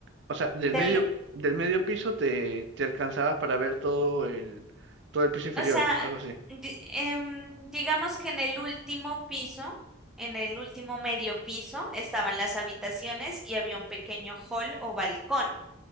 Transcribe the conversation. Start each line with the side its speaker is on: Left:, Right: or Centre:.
Right: O sea, del
Centre: Te
Right: medio,
Centre: lo-
Right: del medio piso te, te alcanzabas para ver todo el, todo el piso inferior,
Centre: O sea,
Right: algo así.
Centre: di- em, digamos que en el último piso, en el último medio piso, estaban las habitaciones y había un pequeño hall o balcón.